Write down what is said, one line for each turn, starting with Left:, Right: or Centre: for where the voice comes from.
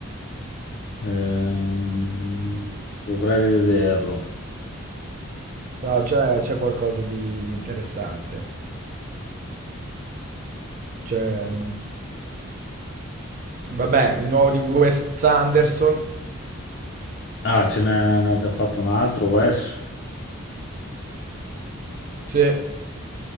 Left: Ehm, dovrei rivederlo.
Right: No, c'è c'è qualcosa di, di interessante. C'è, mh, vabbè, il nuovo di Wes Anderson.
Left: Ah, ce n'è ne ha già fatto un altro, Wes.
Right: Sì,